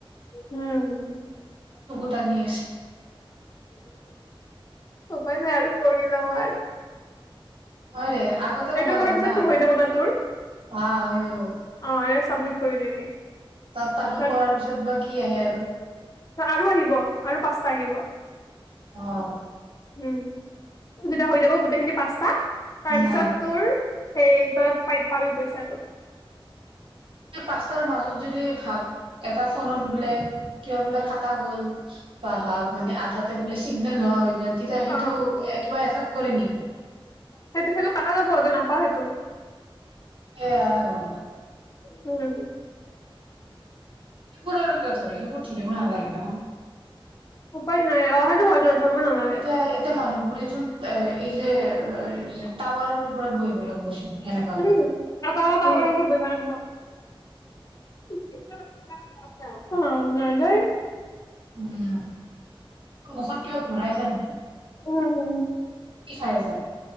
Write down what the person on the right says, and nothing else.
পানী
হয় দে আগতে ক'ব
লাগে
না
আহ হৈ যাব।
তাৰপাছত
কৰাৰ পাছত মই কি আহে আৰু
হম
না
এই পাঁচটাৰ মাজত যদি ভাব এটা ফোনত বোলে কিবা বোলে কটা গ'ল বা ভাব মানে আধাতে বোলে চিগনেল নহয় তেতিয়া সেইটো
একেবাৰেই কৰি নিবি
এ অঁ আৰু
সেইবোৰলৈকে ধৰি সেইবোৰ ধৰিব নালাগে ন
এতিয়া এতিয়া মানুহবোৰ ন এ এই যে টাৱাৰৰ ওপৰত বহিব লাগিবচোন
সেনেকা হ'ল।
তোৰ
উম মূখত কিবা ভৰাই ছা নেকি
কি খাই আছা?